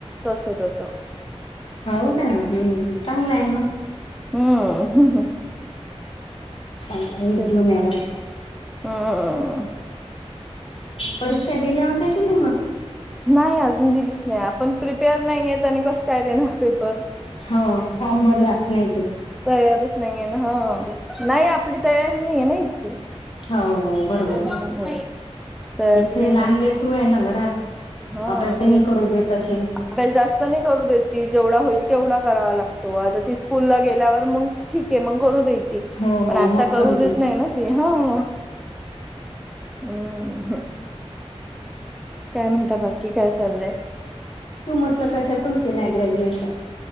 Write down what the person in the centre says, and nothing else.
तस. तस.
हम्,,, ह हह
तेच
हम्म
नाही, अजून दिलीच नाही, आपण प्रिपेअर नाहीय आणि कसं काय देणार? पेपर
तयारच नाही आहे ना,, हा,, नाही आपली तयारी नाही आहेे ना, इतकी.
<unintelligible> तयारी
नाही
ना इतकी,
हा
तेच
ना.
अभ्यास जास्त नाही करू देत ती जेवढा होईल तेवढा करावा लागतो, आता ती स्कूलला गेल्यावर मग ठीक आहे मग करू देईल ती,
पण
आता
करू
देत नाही ना ती हां. अं हम्म! काय म्हणता बाकी काय चाललंय?